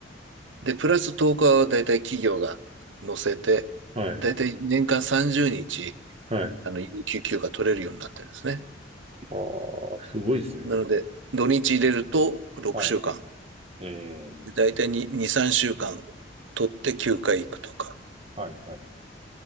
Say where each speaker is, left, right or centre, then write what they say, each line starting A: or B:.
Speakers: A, on the right; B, on the right.
A: で、プラス10日は大体企業が乗せて、
B: はい。
A: 大体年間30日、
B: はい。
A: あの、有給休暇取れるようになってるんですね。
B: ああ、すごいですね。
A: なので、土日入れると6週間、
B: はい。ええ
A: 大体に2、3週間取って休暇行くとか、
B: はいはい。